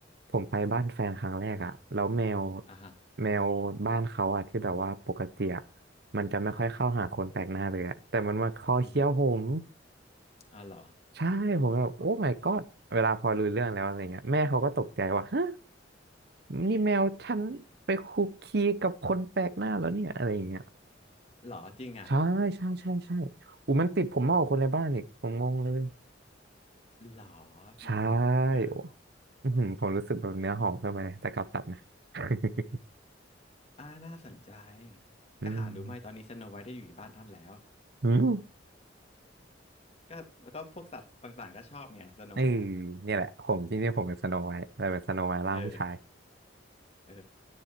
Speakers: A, on the right; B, on the left.
A: ผมไปบ้านแฟนครั้งแรกอะ แล้วแมว
B: อ่าฮะ
A: แมวบ้านเขาอะที่แบบว่าปกติอะมันจะไม่ค่อยเข้าหาคนแปลกหน้าเลยอะแต่มันมาคอเคี้ยวผม
B: ครับอือฮึอ่าเหรอ
A: ใช่ผมแบบโอ้ my god เวลาพอรู้เรื่องแล้วอะไรเงี้ยแม่เขาก็ตกใจว่าฮะนี่แมวฉันไปคุกคีกับคนแปลกหน้าแล้วเนี่ยอะไรเงี้ย
B: เหรอจริงอ่ะ
A: ใช่ใช่ใช่ใช่อูมันติดผมมากกว่าคนในบ้านอีกผมงงเลย
B: เหรอ
A: ใช่
B: ดีจังเออ
A: โอ้อื้อหือผมรู้สึกแบบเนื้อหอมขึ้นมาเลยแต่กับสัตว์นะ <laughs>
B: อ่าน่าสนใจ
A: อืม
B: ก็หารู้ไหมตอนนี้สโนไวท์ได้อยู่ในบ้านท่านแล้ว
A: อืม
B: ก็ก็พวกสัตว์ต่างๆก็ชอบไงสโนไวท์อ่ะ
A: เออเนี่ยแหละผมจริงๆผมเป็นสโนไวท์แต่เป็นสโนไวท์ร่างผู้ชาย
B: เออเออ